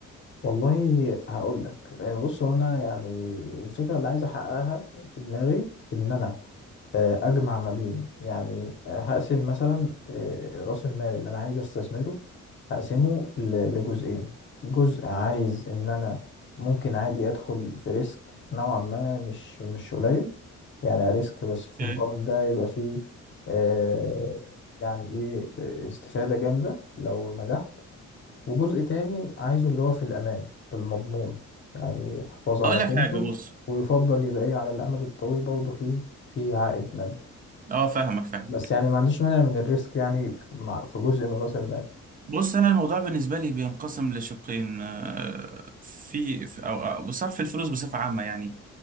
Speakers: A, on the left; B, on the right.
A: والله هقول لك آه، بص هو انا يعني الفكره اللي عايز احققها في دماغي ان انا آه، اجمع ما بين يعني آه، هقسم مثلا آه، راس المال اللي انا عايز استثمره هقسمه ل- لجزئين جزء عايز ان انا ممكن عادي ادخل في ريسك نوعا ما مش مش قليل يعني ريسك بس في
B: أوكي.
A: المقابل ده يبقى فيه آه، يعني ايه آه، استفاده جامده لو نجحت وجزء تاني عايزه اللي هو في الأمان في المضمون يعني يحافظ على
B: اقول لك
A: قيمته
B: حاجة بص
A: ويفضل يبقى إيه على الأمد الطويل برضه فيه في عائد مادي
B: اه فاهمك فاهمك
A: بس يعني ما عنديش مانع من الريسك يعني في مع- في جزء من رأس المال
B: بص انا الموضوع بالنسبه لي بينقسم لشقين آه، في في- او أو صرف الفلوس بصفه عامه يعني